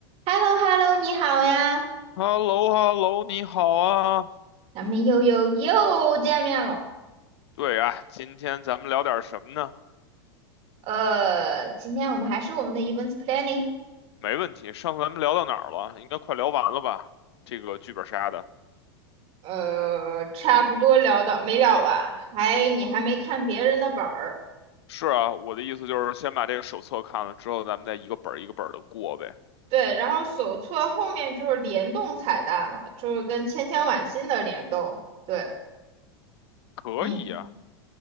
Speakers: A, on the right; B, on the left.
A: h e l l o h e l l o 你好呀，
B: h e l l o h e l l o 你好啊。
A: 咱们又又又见面了。
B: 对啊，今天咱们聊点什么呢？
A: 呃，今天我们还是我们的 events planning，
B: 没问题，上次咱们聊到哪儿了？应该快聊完了吧？这个剧本杀的。
A: 呃，差不多聊到没聊完，还你还没看别人的本儿，
B: 是啊，我的意思就是先把这个手册看了之后，咱们再一个本儿一个本儿的过呗。
A: 对，然后手册后面就是联动彩蛋了，就是跟千千晚星的联动，对，
B: 可以呀、
A: 嗯，